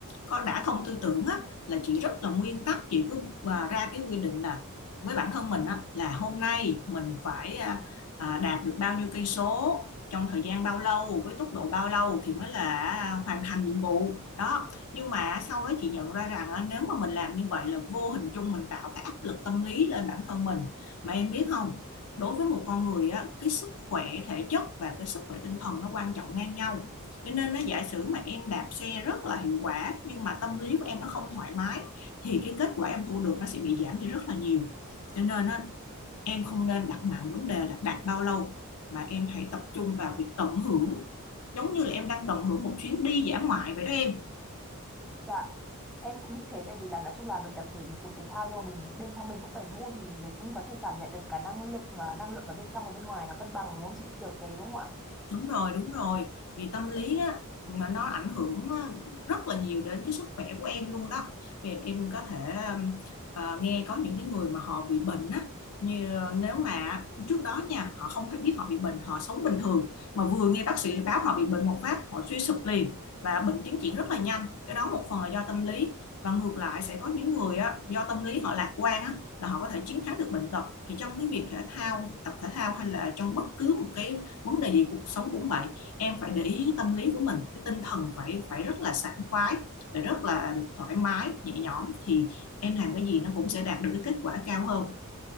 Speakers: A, on the left; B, in the centre.
A: có đã thông tư tưởng á là chị rất là nguyên tắc chị cứ à, ra cái quy định là với bản thân mình á là hôm nay mình phải à, à, đạt được bao nhiêu cây số trong thời gian bao lâu với tốc độ bao lâu thì mới là à, hoàn thành nhiệm vụ đó nhưng mà sau đó chị nhận ra rằng á, nếu mà mình làm như vậy là vô hình chung mình tạo cái áp lực tâm lý lên bản thân mình mà em biết không đối với một con người á cái sức khỏe thể chất và cái sức khỏe tinh thần nó quan trọng ngang nhau cho nên nó giả sử mà em đạp xe rất là hiệu quả nhưng mà tâm lý của em nó không thoải mái thì cái kết quả em thu được nó sẽ bị giảm đi rất là nhiều cho nên á, em không nên đặt nặng vấn đề là đạt bao lâu mà em hãy tập trung vào
B: À,
A: việc tận hưởng giống như là em đang tận hưởng một chuyến đi dã ngoại vậy đó em
B: dạ em cũng nghĩ thế tại vì là nói chung là mình tập thể dục thể thao nhưng mà mình bên trong mình cũng phải vui thì mình mới cũng có thể cảm nhận được cả năng lượng và năng lượng ở bên trong và bên ngoài nó cân bằng đúng không chị kiểu thế đúng không ạ?
A: đúng rồi đúng rồi vì tâm lý á mà nó ảnh hưởng á, rất là nhiều đến cái sức khỏe của em luôn đó vì em có thể um, ờ, nghe có những cái người mà họ bị bệnh á như ờ, nếu mà trước đó nha họ không hay biết họ bị bệnh họ sống bình thường mà vừa nghe bác sĩ báo họ bị bệnh một phát họ suy sụp liền và bệnh tiến triển rất là nhanh cái đó một phần là do tâm lý và ngược lại sẽ có những người á, do tâm lý họ lạc quan á, là họ có thể chiến thắng được bệnh tật thì trong cái việc thể thao tập thể thao hay là trong bất cứ một cái vấn đề gì cuộc sống cũng vậy em phải để ý tâm lý của mình cái tinh thần phải phải rất là sảng khoái phải rất là thoải mái nhẹ nhõm thì em làm cái gì nó cũng sẽ đạt được cái kết quả cao hơn